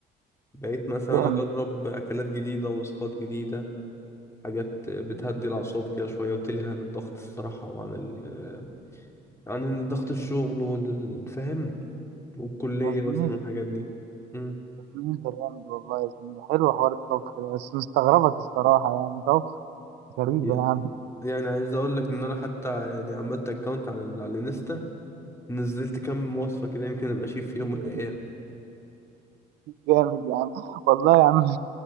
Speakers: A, on the left (about 15°); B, on the right (about 85°).
A: بقيت مثلا
B: جامد
A: اجرب اكلات جديدة وصفات جديدة حاجات بتهدي الأعصاب كده شوية وتلهي عن الضغط الصراحة وعن ال... عن ضغط الشغل والفهم والكلية
B: يا زميلي
A: مثلا والحاجات دي مم.
B: يا زميلي انت جامد والله يا زميلي حلو حوار الطبخ ده بس مستغربك الصراحه يعني طبخ غريب
A: ي-
B: يا عم
A: يعني عايز اقول لك ان انا حتى يعني عملت اكونت على ال- على الانستا نزلت كام وصفة كده يمكن ابقى شيف في
B: <laughs>
A: يوم من الايام
B: جامد يا عم والله يا عم